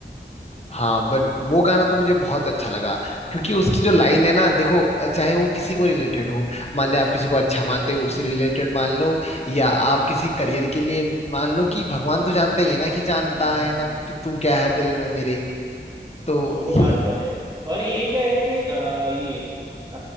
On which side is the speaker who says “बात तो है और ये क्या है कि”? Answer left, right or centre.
Right